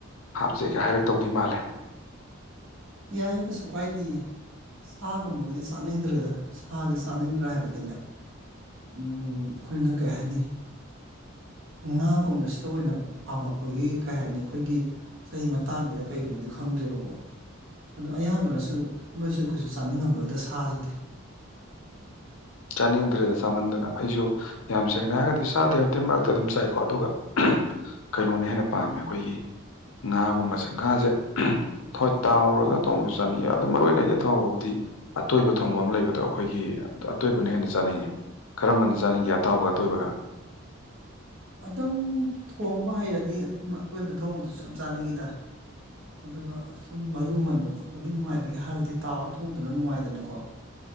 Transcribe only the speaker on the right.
ꯌꯥꯏꯌꯦ ꯀꯁꯨꯨꯀꯥꯏꯗꯤꯌꯦ ꯁꯥꯒꯨꯝꯕꯒꯗꯤ ꯆꯥꯅꯤꯡꯗ꯭ꯔꯦꯗ ꯁꯥꯁꯦ ꯆꯥꯅꯤꯡꯗ꯭ꯔꯦ ꯍꯥꯏꯕꯗꯤꯅꯦ ꯎꯝ ꯑꯩꯈꯣꯏꯅ ꯀꯩ ꯍꯥꯏꯅꯤ ꯉꯥꯒꯨꯝꯕꯁꯤꯗ ꯑꯣꯏꯅ ꯄꯥꯝꯃꯛꯄꯒꯤ ꯀꯩ ꯍꯥꯏꯅꯤ ꯑꯩꯈꯣꯏꯒꯤ ꯆꯍꯤ ꯃꯇꯥꯡꯒꯤꯗ ꯀꯩꯒꯤꯅꯣꯗꯤ ꯈꯪꯗ꯭ꯔꯦꯕꯀꯣ ꯑꯗꯨꯣ ꯑꯌꯥꯝꯕꯅꯁꯨ ꯅꯣꯏꯁꯨ ꯀꯩꯁꯨ ꯆꯥꯅꯤꯡꯉꯝꯃꯔꯣꯏꯗ ꯁꯥꯁꯤꯗꯤ
ꯑꯗꯨꯝ ꯊꯣꯡꯕ ꯍꯩꯔꯗꯤ ꯑꯇꯣꯏꯕ ꯊꯣꯡꯕꯗꯨꯁꯨ ꯌꯥꯝ ꯆꯥꯅꯤꯡꯉꯤꯗ ꯑꯗꯨꯒ ꯁꯨꯝ ꯃꯔꯨ ꯃꯟꯕ ꯈꯣꯠꯄꯒꯤ ꯅꯨꯡꯉꯥꯏꯕꯒꯤ ꯍꯥꯏꯔꯕꯗꯤ ꯇꯥꯎꯔ ꯊꯣꯡꯉꯗꯅ ꯅꯨꯡꯉꯥꯏꯗꯅꯀꯣ